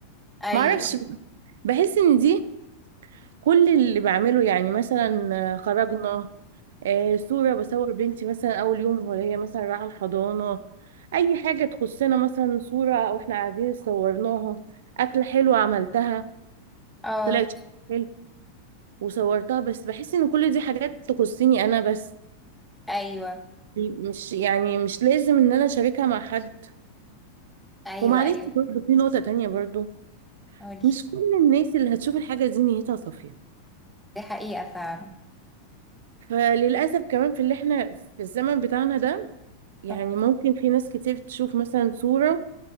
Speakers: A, in the centre; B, on the right (about 55°).
A: ايوه
B: ما اعرفش بحس ان دي كل اللي بعمله يعني مثلا آه، خرجنا آه، صورة بصور بنتي مثلا أول يوم وهي مثلا رايحة الحضانة أي حاجة تخصنا مثلا صورة وإحنا قاعدين صورناها أكلة حلوة عملتها
A: اه
B: طلعت حلو وصورتها بس بحس إن كل دي حاجات تخصني أنا بس
A: ايوه
B: مش يعني مش لازم إن أنا أشاركها مع حد
A: ايوه
B: ومعلش
A: ايوه
B: برضه في نقطة تانية برضه
A: قولي
B: مش كل الناس اللي هتشوف الحاجة دي نيتها صافية
A: دي حقيقة فعلا
B: فللأسف كمان في اللي إحنا في الزمن بتاعنا ده يعني
A: اه
B: ممكن في ناس كتير تشوف مثلا صورة